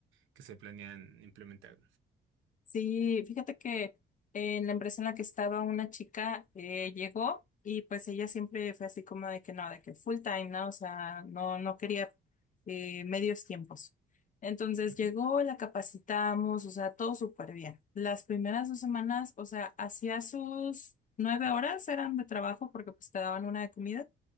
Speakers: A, on the right (about 80°); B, on the left (about 40°).
A: que se planean implementar.
B: Sí, fíjate que en la empresa en la que estaba una chica eh, llegó y pues ella siempre fue así como de que no, de que full time, ¿no? O sea, no, no quería eh, medios tiempos. Entonces
A: Ujú,
B: llegó, la capacitamos, o sea, todo súper bien. Las primeras dos semanas, o sea, hacía sus nueve horas eran de trabajo porque pues te daban una de comida.